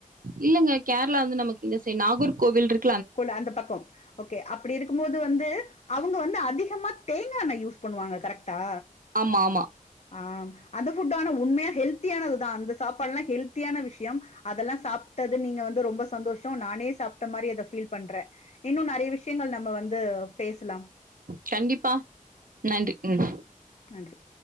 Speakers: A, on the right; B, on the left.
A: இல்லங்க கேரளா வந்து நமக்கு இந்த சே நாகூர் கோவில் இருக்
B: குல அந்த பக்க ஓகே அப்டி இருக்கும்போது வந்து அவுங்க வந்து அதிகமா தேங்கா எண்ணெ யூஸ் பண்ணுவாங்க கரெக்ட்டா
A: ஆமா ஆமா
B: ஆ அந்த ஃபுட்டான உண்மையா ஹெல்த்தியானதுதா அந்த சாப்பாடு எல்லா ஹெல்த்தியான விஷய அதெல்லா சாப்டது நீங்க வந்து ரொம்ப சாப் சந்தோஷ நானே சாப் த்த மாரியத ஃபு பீல் பண்ற இன்னு நெறைய விஷயங்கள் நம்ம வந்து பேசலா
A: கண்டிப்பா நன்றி ம்
B: நன்றி